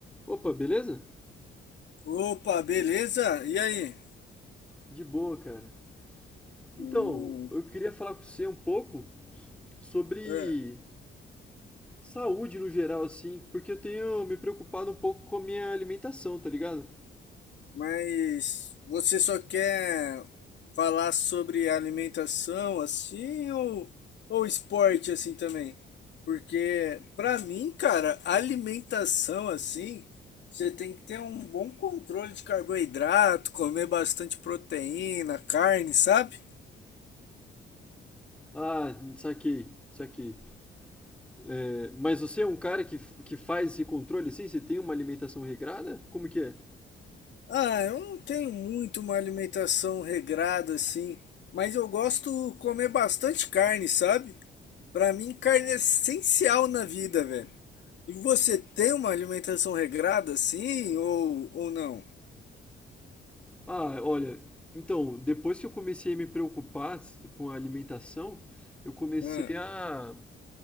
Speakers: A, in the centre; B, on the left.
A: Opa, beleza?
B: Opa, beleza? E aí?
A: De boa, cara. Então,
B: Hum,
A: eu queria falar com você um pouco sobre
B: é,
A: saúde no geral, assim, porque eu tenho me preocupado um pouco com a minha alimentação, tá ligado?
B: mas você só quer falar sobre alimentação assim ou, ou esporte assim também? Porque pra mim, cara, alimentação assim, você tem que ter um bom controle de carboidrato, comer bastante proteína, carne, sabe?
A: Ah, saquei, saquei. É, mas você é um cara que, f- que faz esse controle, assim? Você tem uma alimentação regrada? Como que é?
B: Ah, eu não tenho muito uma alimentação regrada assim, mas eu gosto de comer bastante carne, sabe? Pra mim, carne é essencial na vida, velho. E você tem uma alimentação regrada assim ou, ou não?
A: Ah, olha, então, depois que eu comecei a me preocupar s- com a alimentação, eu comecei
B: Ah,
A: a